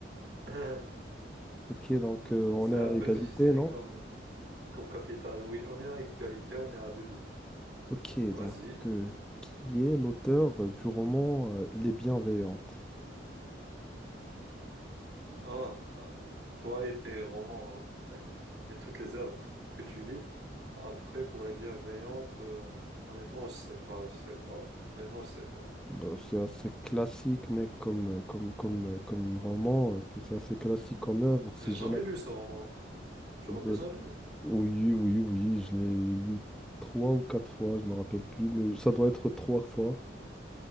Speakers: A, on the right (about 70°); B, in the centre.
A: <laughs>
B: Ok, donc euh, on
A: C'est
B: est
A: un peu
B: à égalité,
A: difficile
B: non?
A: comme, comme capitale. Oui, on est à égalité, on est à deux deux
B: Ok,
A: Vas-y.
B: donc euh, qui est l'auteur euh, du roman euh, Les Bienveillantes?
A: Ah, ah, toi et tes romans hein, et toutes les œuvres que tu lis. Après, pour les bienveillantes, euh, honnêtement, je sais pas, je sais pas. Honnêtement, je sais pas.
B: Bah, c'est assez classique, mais comme, euh, comme, comme, euh, comme roman, euh, c'est c'est assez classique comme œuvre. C'est
A: J'ai jamais
B: Jonathan
A: lu ce roman. Tu
B: Deuil.
A: l'as déjà lu?
B: Oui, oui, oui, je l'ai lu trois ou quatre fois, je me rappelle plus, mais ça doit être trois fois.